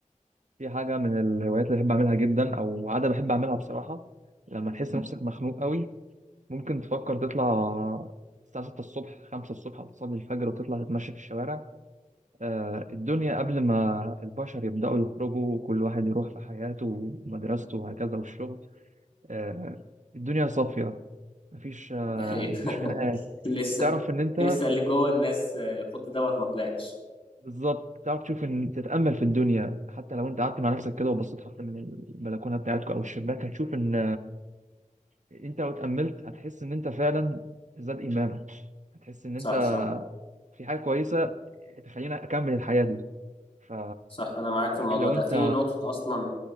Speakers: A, on the right; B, on the left.
A: في حاجة من الهوايات اللي بحب أعملها جدا أو عادة بحب أعملها بصراحة لما تحس نفسك مخنوق قوي ممكن تفكر تطلع الساعة 6 الصبح 5 الصبح وتصلي الفجر وتطلع تتمشى في الشوارع آه، الدنيا قبل ما البشر يبدأوا يخرجوا وكل واحد يروح في حياته ومدرسته وهكذا والشغل آه، الدنيا صافية مفيش آه،
B: <laughs> أيوة.
A: مفيش خناقات
B: لسه
A: تعرف إن أنت
B: لسه اللي جوه الناس يخد دوت ما طلعش
A: بالظبط تعرف تشوف ان تتامل في الدنيا حتى لو انت قعدت مع نفسك كده وبصيت حتى من البلكونه بتاعتك او الشباك هتشوف ان انت لو اتأملت هتحس ان انت فعلا زاد ايمانك هتحس ان انت
B: صح صح
A: في حاجة كويسة تخليني اكمل الحياة دي ف
B: صح انا معاك في الموضوع
A: لو
B: ده
A: انت
B: في نقطة اصلا